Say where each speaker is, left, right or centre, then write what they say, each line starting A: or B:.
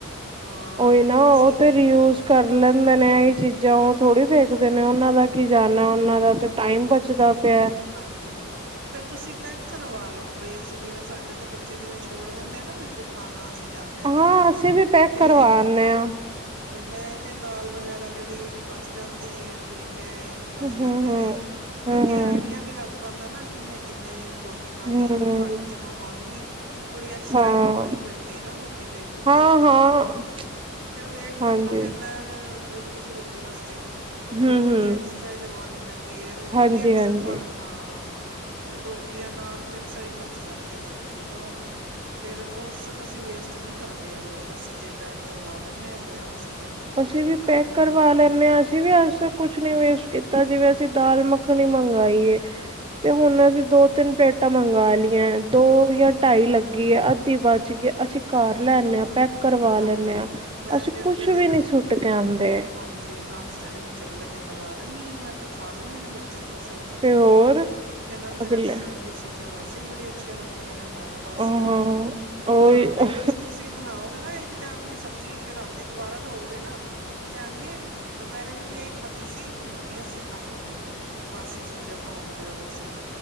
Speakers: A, on the right (about 55°); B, on the right (about 25°).
A: ਹਾਂ
B: ਓਹੀ ਨਾ
A: ਅਸੀਂ
B: ਓਹ ਤੇ ਰੀ ਯੂਜ਼ ਕਰ ਲੈਂਦੇ ਨੇ ਇਹੀ ਚੀਜ਼ਾਂ ਉਹ ਥੋੜੀ ਦੇਖਦੇ ਨੇ ਓਨਾਂ ਦਾ ਕੀ ਜਾਨਾ ਓਨਾਂ ਦਾ ਟਾਈਮ ਬੱਚਦਾ ਪਿਆ-
A: ਹਾਂਜੀ। ਫੇਰ ਤੁਸੀਂ ਪੈਕ ਕਰਵਾ ਲੋ ਬਈ ਅਸੀਂ ਜਿਵੇਂ ਸਾਡੇ ਤੇ ਬੱਚੇ ਜਿਵੇਂ ਛੋੜ ਦਿੰਦੇ ਆ ਨਾ ਵਿੱਚ ਖਾਨਾ ਅਸੀਂ ਜਾਂਦੇ
B: ਹਾਂ
A: ਜਿਵੇਂ
B: ਅਸੀਂ ਵੀ ਪੈਕ
A: ਤੇ
B: ਕਰਵਾ ਆਨੇ ਆ।
A: ਤੇ ਮੈਂ ਤੇ ਦਾਲ ਵਗੈਰਾ ਜੇੜੀ ਬੱਚ ਜਾਂਦੀ ਏ, ਫੁਲਕੇ ਬੱਚ
B: ਹੂੰ
A: ਜਾਂਦੇ
B: ਹੂੰ
A: ਨੇ ਕਿਉਂਕਿ
B: ਹੂੰ ਹੂੰ
A: ਆਈ ਨਹੀਂ ਲੱਗ ਪਾਂਦਾ ਨਾ ਕਿੰਨੇ- ਕਿੰਨੇ ਰੋਟੀ ਖਾਨੀ
B: ਹੂੰ
A: ਐ ਹੁਨ ਘੱਟ ਤੇ ਮੰਗਵਾਨੀ ਨੀ। ਥੋੜ੍ਹੀ ਐਕਸਟਰਾ
B: ਹਾਂ
A: ਹੀ ਮੰਗਵਾਨੀ ਪੈਂਦੀ ਏ ਨਾ ਰੋਟੀ ਤੇ ਕਿਉਂਕਿ
B: ਹਾਂ
A: ਇੱਕਦਮ
B: ਹਾਂ
A: ਲਾ ਫਿਰ ਵੇਟ
B: ਹਾਂਜੀ
A: ਕਰਨਾ ਪੈਂਦਾ ਫੇਰ ਇਕ - ਇੱਕ ਰੋਟੀ ਰੋਟੀ ਵਾਸਤੇ
B: ਹੂੰ
A: ਰੋਟੀ
B: ਹੂੰ
A: ਤੇ ਐਕਸਟਰਾ ਹੀ ਲਗਵਾਣੀ ਪੈਂਦੀ ਏ ਰੋਟੀ
B: ਹਾਂਜੀ
A: ਤੇ ਅਕਸਰ
B: ਹਾਂਜੀ
A: ਪਾ ਹਾਂ ਤੇ ਰੋਟੀ ਯਾਂ ਨਾਨ ਤੇ ਅਕਸਰ ਹੀ ਬਚ ਜਾਂਦੇ ਨੇ ਕਿਉਂ ਫੇਰ ਉਹ ਅਸ ਅਸੀਂ ਵੇਸਟ ਨਹੀਂ ਕਰਦੇ ਹੈਗੇ ਅਸੀਂ ਤੇ ਪੈਕ ਕਰਵਾ ਲੈਂਦੇ ਹੈਗੇ ਆ। ਅਸੀਂ ਤੇ
B: ਅਸੀਂ ਵੀ ਪੈਕ
A: ਘਰ ਲੈ
B: ਕਰਵਾ
A: ਕੇ
B: ਲੈਂਣੇ ਆਂ। ਅਸੀਂ ਵੀ ਅੱਜ ਤਾਂ ਕੁੱਛ ਨਹੀਂ ਵੇਸਟ ਕੀਤਾ ਜਿਵੇਂ ਅਸੀਂ ਦਾਲ ਮੱਖਣੀ ਮੰਗਾਈ ਏ ਤੇ ਹੁਣ ਦੋ-ਤਿੰਨ
A: ਹਾਂ
B: ਪਲੇਟ। ਪਲੇਟਾਂ ਮੰਗਵਾ ਲਈਆਂ ਦੋ ਜਾਂ ਢਾਈ ਲੱਗੀ ਏ ਅੱਧੀ ਬਚ ਗਈ ਅਸੀਂ ਕਰ ਲੈਂਣੇ ਆ ਪੈਕ ਕਰਵਾ
A: ਹਾਂਜੀ
B: ਲੈਂਣੇ ਆ
A: ਮੈਂ
B: ਅਸੀਂ
A: ਤੇ ਅਗਲੇ
B: ਕੁਛ
A: ਦਿਨ
B: ਵੀ ਨੀ ਸੁੱਟ ਕੇ ਆਦੇ।
A: ਹਾਂਜੀ! ਨਾਸ਼ਤੇ ਦੇ ਵਿੱਚ ਅਗਲੇ ਦਿਨ ਲਗਾ ਦਿੰਨੀ ਆਂ ਮੈਂ ਤੇ ਖਾ ਲੈਂਦੇ ਨੇ ਬੱਚੇ। ਖ਼ੁਸ਼ ਹੋ ਕੇ
B: ਤੇ ਹੋਰ
A: ਇਹਨਾਂ ਨੂੰ ਤੇ
B: ਅਗਲੇ
A: ਰੈਸਟੋਰੈਂਟ ਦੀ ਚੀਜ਼ਾਂ ਵੈਸੇ ਹੀ ਬੜੀਆਂ ਅੱਛੀਆਂ ਲੱਗਦੀਆਂ ਨੇ। ਪਾਵੇ ਬਸੀਆਂ
B: ਹਾਂ
A: ਹੋਣ
B: ਉਹੀ
A: ਘਰ ਦੇ
B: ਹਾਂ
A: ਵਿੱਚ ਤੁਸੀਂ ਬਣਾਓਗੇ ਨਾ ਇੱਕ ਟਾਈਮ ਦੀ ਸਬਜ਼ੀ ਤੇ ਰਾਤੀਂ ਦੁਬਾਰਾ ਦਿਉ ਗੇ ਨਾ। ਕਹਿਣਗੇ ਦੁਪਹਿਰੇ ਵੀ ਤੇ ਆਈ ਖਾਧੀ ਸੀ ਹੁਣ ਨੀ ਅਸੀਂ ਖਾਵਾਂਗੇ ਬਾਸੀ ਚੀਜ਼ਾਂ ਖਵਾਉਂਦੇ ਹੋ ਤੁਸੀਂ